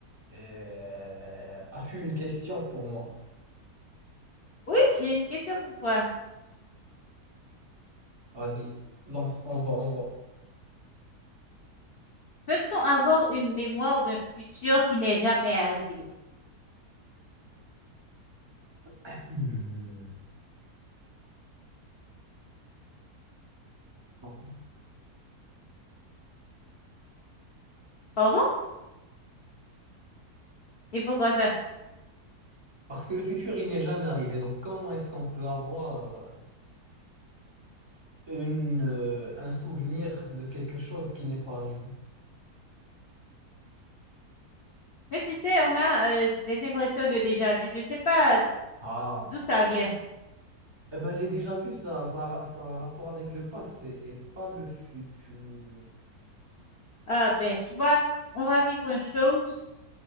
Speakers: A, on the right (about 45°); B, on the left (about 65°).
A: Euh, as-tu une question pour moi?
B: Oui, j'ai une question pour toi.
A: Vas-y, lance, on va, on va.
B: Peut-on avoir une mémoire d'un futur qui n'est jamais arrivé?
A: Hmm. Non.
B: Pardon? Et pourquoi ça?
A: parce que le futur, il n'est jamais arrivé. Donc, comment est-ce qu'on peut avoir une, euh, un souvenir de quelque chose qui n'est pas arrivé?
B: Mais tu sais, on a euh, des impressions de déjà vu. Je sais pas
A: Ah,
B: d'où ça vient.
A: eh ben, les déjà-vus, ça, ça, a ça a un rapport avec le passé et pas le futur.
B: Ah ben, tu vois, on va vivre une chose.